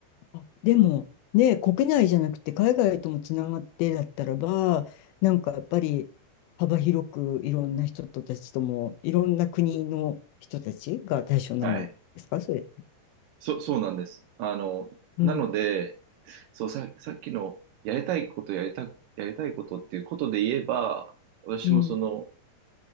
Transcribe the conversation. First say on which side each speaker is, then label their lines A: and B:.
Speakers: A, on the left (about 80°); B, on the right (about 80°).
A: あでも、ね、国内じゃなくて海外ともつながってだったらば、なんかやっぱり幅広くいろんな人たちとも、いろんな国の人たちが対象になるんですか、
B: はい。
A: それ。
B: そ、そうなんです。あの、
A: うん、
B: なので、そう、さ、さっきのやりたいことやりた、やりたいことっていうことで言えば、私もその、
A: うん、